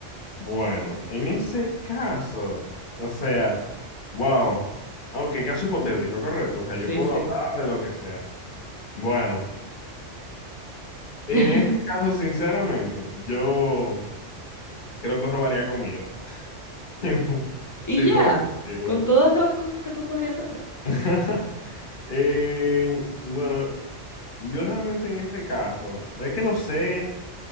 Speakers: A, on the left; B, on the left.
A: Bueno, en ese caso, o sea, wow. Ok, caso hipotético, correcto. O sea,
B: Sí,
A: yo puedo
B: sí.
A: hablar de lo que sea. Bueno, en
B: <laughs>
A: este caso, sinceramente, yo creo que robaría comida. <laughs>
B: Y
A: Si
B: ya,
A: fuera posible.
B: con todas las cosas que tú podrías hacer.
A: <laughs> Eh, bueno, yo realmente en ese caso, es que no sé,